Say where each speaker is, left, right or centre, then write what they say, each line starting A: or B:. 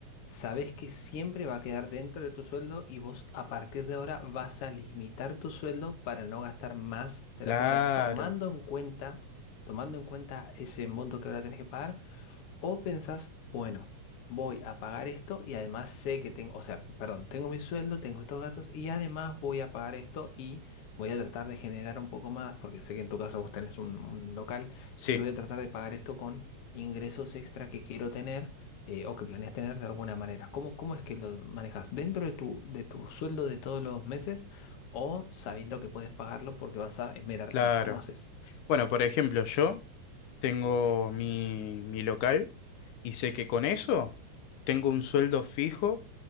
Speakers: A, on the left; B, on the left.
A: sabés que siempre va a quedar dentro de tu sueldo y vos a partir de ahora vas a limitar tu sueldo para no gastar más de
B: Claro,
A: la cuenta, tomando en cuenta, tomando en cuenta ese monto que ahora tenés que pagar. O pensás, bueno, voy a pagar esto y además sé que tengo, o sea, perdón, tengo mi sueldo, tengo estos gastos y además voy a pagar esto y voy a tratar de generar un poco más, porque sé que en tu caso vos tenés un, un local,
B: sí,
A: entonces voy a tratar de pagar esto con ingresos extra que quiero tener eh, o que planeas tener de alguna manera. ¿Cómo, cómo es que lo manejas? ¿Dentro de tu, de tu sueldo de todos los meses o sabiendo que puedes pagarlo porque vas a esmerarte
B: claro.
A: más? ¿Cómo haces?
B: Bueno, por ejemplo, yo tengo mi, mi local y sé que con eso tengo un sueldo fijo